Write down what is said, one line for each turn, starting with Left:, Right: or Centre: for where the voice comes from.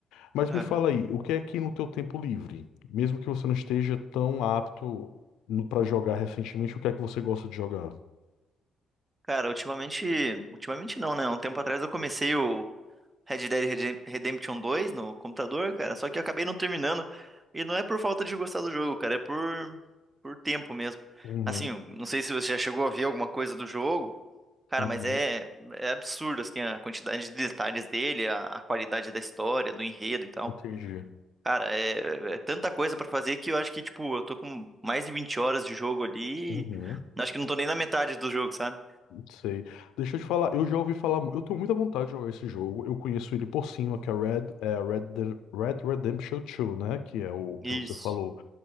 Left: Mas
Right: Aham.
Left: me fala aí, o que é que no teu tempo livre, mesmo que você não esteja tão apto no- pra jogar recentemente, o que é que você gosta de jogar?
Right: Cara, ultimamente. Ultimamente não, né? Um tempo atrás eu comecei o Red Dead Redem- Redemption 2 no computador, cara, só que eu acabei não terminando. E não é por falta de gostar do jogo, cara, é por, por tempo mesmo.
Left: Uhum,
Right: Assim, não sei se você já chegou a ver alguma coisa do jogo, cara,
Left: uhum,
Right: mas é, é absurdo, assim, a quantidade de detalhes dele, a, a qualidade da história, do enredo e tal.
Left: entendi.
Right: Cara, é, é é tanta coisa pra fazer que eu acho que, tipo, eu tô com mais de 20 horas de jogo ali.
Left: Uhum.
Right: e Acho que não tô nem na metade do jogo, sabe?
Left: Sei. Deixa eu te falar, eu já ouvi falar, mu- eu tenho muita vontade de jogar esse jogo. Eu conheço ele por cima, que é Red, é Red, De- Red Redemption 2, né? Que é o
Right: Isso.
Left: que você falou.